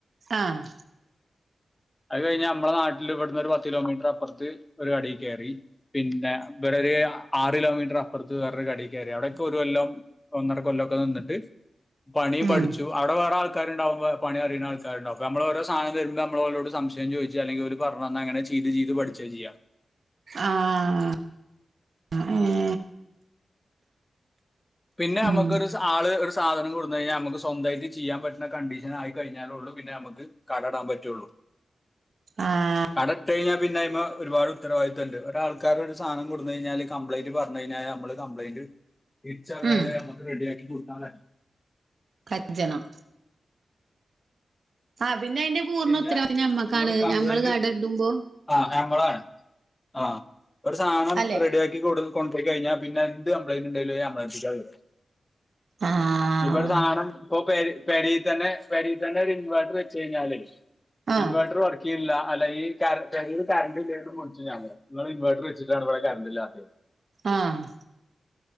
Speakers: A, on the right; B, on the left.
A: ആഹ്
B: അത് കഴിഞ് നമ്മളെ നാട്ടിൽ ഇവിടന്ന് ഒരു പത്ത് കിലോമീറ്റർ അപ്പുറത്ത് ഒരു കടിയിൽ കയറി പിന്നെ ഇവിടെ ഒരു ആറ് കിലോമീറ്റർ അപ്പുറത്ത് വേറൊരു കടെ കയറി അവിടൊക്കെ ഒരു കൊല്ലം ഒന്നര കൊല്ലൊക്കെ നിന്നിട്ട് പണിയും പഠിച്ചു
A: ഉം
B: അവിടെറെ ആൾക്കാരുണ്ടാവുമ്പ പണിയറിയ ആൾകാരുണ്ടാവും നമ്മള് ഓരെ. സധനം തരുമ്പോ നമ്മള് ഒരോട് സംശയം ചോദിച്ച് അല്ലെങ്കിൽ ഓര് പറഞ്ഞ് തന്ന് അങ്ങനെ ചെയ്ത് ചെയ്ത് പഠിച്ചേ ചെയ്യാം
A: ആഹ് അയ്
B: പിന്നെ നമുക്കൊരു
A: ഉം
B: സ് ആള് സാധനം കൊടുന്ന് കഴിഞ്ഞാൽ നമുക്ക് സ്വന്തമായിട്ട് ചെയ്യാൻ പറ്റുന്ന കണ്ടീഷൻ ആയി കഴിഞ്ഞാലുള്ളൂ പിന്നെ നമുക്ക് കട ഇടാൻ പറ്റുള്ളൂ
A: ആഹ്
B: കടയിട്ട് കഴിഞ്ഞാൽ പിന്ന അയിമ്മെ ഒരുപാട് ഉത്തരവാദിത്തം ഇണ്ട് ഒര് ആള്ക്കാര് ഒരു സാധനം കൊടുന് കഴിഞ്ഞാല് കംപ്യിന്റ് പറഞ്ഞു കഴിഞ്ഞാല് നമ്മള് കംപ്ലയിന്റ് തിരിച്ചറിഞ്ഞാലേ
A: ഉം
B: നമക്ക് റെഡിയാക്കി കൊടുക്കാൻ കഴി
A: കജ്‌ജണം ആ പിന്ന അതിന്റെ പൂർണ്ണ
B: പിന്നെ
A: ഉത്തരവാദിത്തം ഞമ്മക്കാണ്
B: നമ്മൾ കംപ്ലൈന്റ്
A: ഞമ്മള് കട ഇടുമ്പോ
B: ആ ഞമ്മളാണ് ആ ഒരു സാധനം
A: അല്ലെ
B: റെഡി ആക്കി ഇവടന്ന് കൊണ്ടോയി കഴിഞ്ഞാ പിന്നെ എന്ത് കംപ്ളയിന്റ ഇണ്ടേലു ഞമ്മളെ എര്ത്ത്ക്കാ വരാ
A: ആഹ്
B: ഇഞ്ഞ് അവിടെ സാദനം ഇപ്പൊ പെരേ പെരേല് തന്നെ പെരേൽ തന്നെ ഒരു ഇൻവേർട്ടർ വെച്ച് കഴിഞ്ഞാല്
A: ആഹ്
B: ഇൻവേർട്ടർ വര്‍ക്ക് ചെയ്യണില്ല അല്ല ഈ പെരേല് കരണ്ടില്ലാന്ന് വിളിച്ച് ഞാന് നിങ്ങള് ഇൻവേർട്ടറ് വെച്ചിട്ടാണ് ഇവിടെ കറണ്ട്ല്ലാത്തേന്ന്
A: ആഹ്